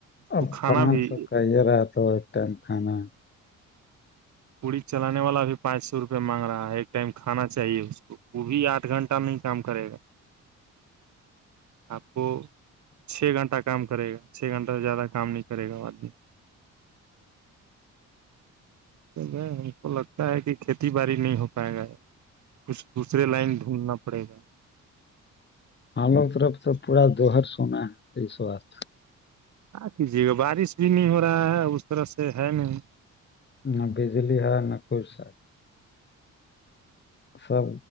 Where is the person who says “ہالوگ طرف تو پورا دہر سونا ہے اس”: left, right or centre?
Left